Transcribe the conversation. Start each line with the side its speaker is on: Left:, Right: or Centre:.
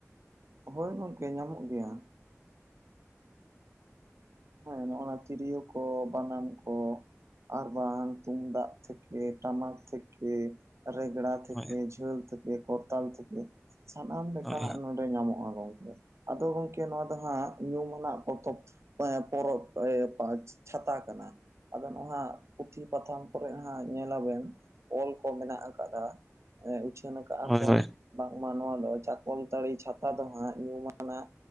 Right: ᱦᱳᱭ ᱜᱚᱢᱠᱮ ᱧᱟᱢᱚᱜ ᱜᱮᱭᱟ᱾ ᱦᱮᱸ ᱱᱚᱜ-ᱚᱱᱟ ᱛᱤᱨᱭᱳ ᱠᱚ ᱵᱟᱱᱟᱢ ᱠᱚ, ᱟᱨ ᱵᱟᱝ ᱛᱩᱢᱫᱟᱜ ᱛᱷᱮᱠᱮ ᱴᱟᱢᱟᱠ ᱛᱷᱮᱠᱮ, ᱨᱮᱜᱽᱲᱟ ᱛᱷᱮᱠᱮ
Centre: ᱦᱳᱭ
Right: ᱡᱷᱟᱹᱣ ᱛᱷᱮᱠᱮ ᱠᱚᱨᱛᱟᱞ ᱛᱷᱮᱠᱮ ᱥᱟᱱᱟᱢ ᱞᱮᱠᱟᱱᱟᱜ
Centre: ᱦᱳᱭ
Right: ᱱᱚᱰᱮ ᱧᱟᱢᱚᱜ-ᱟ ᱜᱚᱢᱠᱮ, ᱟᱫᱚ ᱜᱚᱢᱠᱮ ᱱᱚᱣᱟ ᱫᱚ ᱦᱟᱜ ᱧᱩᱢᱟᱱᱟᱜ ᱯᱚᱛᱚᱵ ᱯᱚᱨᱚᱵᱽ ᱮ ᱪᱷᱟᱛᱟ ᱠᱟᱱᱟ ᱾ ᱟᱫᱚ ᱱᱚᱣᱟ ᱯᱩᱛᱷᱤ ᱯᱟᱛᱷᱟᱢ ᱠᱚᱨᱮ ᱦᱟᱸᱜ ᱧᱮᱞᱟ ᱵᱮᱱ ᱚᱭᱮᱞ ᱠᱚ ᱢᱮᱱᱟᱜ ᱟᱠᱟᱫᱟ᱾ ᱮᱜ ᱩᱪᱷᱟᱹᱱ ᱠᱟᱜ-ᱟ
Centre: ᱦᱳᱭ
Right: ᱠᱚ,
Centre: ᱦᱳᱭ
Right: ᱵᱟᱝᱢᱟ ᱱᱚᱣᱟ ᱫᱚ ᱪᱟᱠᱚᱞᱛᱟᱹᱲᱤ ᱪᱷᱟᱛᱟ ᱫᱚ ᱦᱟᱸᱜ ᱧᱩᱢᱟᱱᱟᱜ